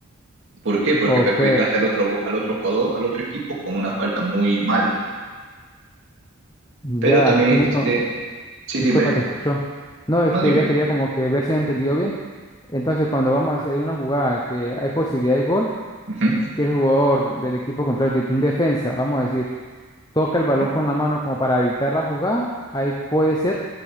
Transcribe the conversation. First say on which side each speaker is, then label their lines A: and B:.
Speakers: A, on the right; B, on the left.
A: ¿Por qué? Porque
B: Ok,
A: perjudicaste al otro, al otro jugador, al otro equipo, con una falta muy mala.
B: ya,
A: Pero también
B: tiene...
A: existe...
B: co- ti-
A: Sí,
B: Disculpa,
A: dime, dime.
B: te escucho. No, es
A: No,
B: que
A: dime.
B: ya quería como que ver si he entendido bien. Entonces, cuando vamos a decir hay una jugada que hay posibilidad de gol,
A: Ujú,
B: que el jugador del equipo contrario, tipo un defensa, vamos a decir toca el
A: ujú.
B: balón con la mano como para evitar la jugada, ahí puede ser